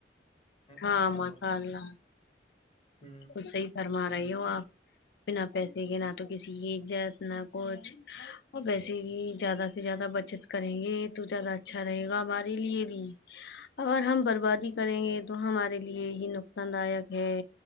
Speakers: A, on the left; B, on the left.
A: ہاں
B: اچھا
A: ما
B: اور
A: شا اللہ
B: ہ
A: بلکل صحیح فرما رہے رہی ہو آپ بنا پیسے کے نہ تو کسی کی عزت نہ کچھ اور پیسے بھی زیادہ سے زیادہ بچت کریں گے تو زیادہ اچھا رہے گا ہمارے لیے بھی اگر ہم بربادی کریں گے تو ہمارے لیے ہی نقصان دایک ہے